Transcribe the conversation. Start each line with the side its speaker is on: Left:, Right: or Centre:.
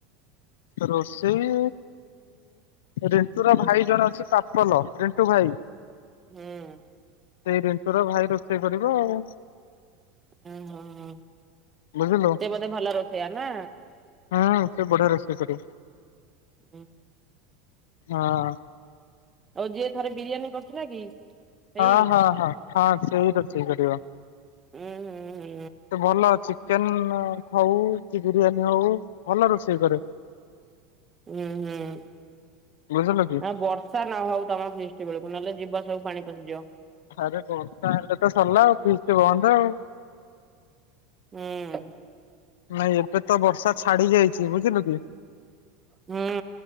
Left: ରୋଷେଇ ରିଣ୍ଟୁ ର ଭାଇ ଜଣେ ଅଛି ପାପଲ ରିଣ୍ଟୁ ଭାଇ।
Right: ହୁଁ
Left: ସେଇ ରିଣ୍ଟୁର ଭାଇ ରୋଷେଇ କରିବ ଆଉ।
Right: ହୁଁ ହୁଁ ହୁଁ ହୋ
Left: ବୁଝିଲୁ
Right: ସେ ବୋଧେ ଭଲ ରଷେଇଆ ନା?
Left: ହୁଁ ସେ ବଢ଼ିଆ ରୋଷେଇ କରେ।
Right: ହୁଁ ହୁଁ <inaudible>
Left: ହଁଅଂ।
Right: ଆଉ ଯିଏ ଥରେ ବିରିୟାନୀ କରିଥିଲା କି? ସେଇ
Left: ହଁ ହଁ ହଁ ହଁ ସେଇ ରୋଷଇ କରିବା।
Right: ଉୁଁ ହୁଁ ହୁଁ
Left: ସେ ଭଲ ଅଛି। ଚିକେନ ହଉ କି ବିରିୟାନୀ ହଉ ଭଲ ରୋଷେଇ କରେ।
Right: ଉଁ ହୁଁ। ହଁ
Left: ବୁଝିଲୁ କି।
Right: ବର୍ଷା ନ ହଉ ତମ ଫିଷ୍ଟି ବେଳକୁ ନହେଲେ ଯିବ ସବୁ ପାଣି ପଶିଯିବ।
Left: ଆରେ ବର୍ଷା ହେଲେ ତ ସରିଲା ଆଉ ଫିଷ୍ଟ ବନ୍ଦ ଆଉ।
Right: ଉଁ।
Left: ନାଇଁ ଏବେ ତ ବର୍ଷା ଛାଡି ଯାଇ ଛି ବୁଝିଲୁ କି?
Right: ହୁଁ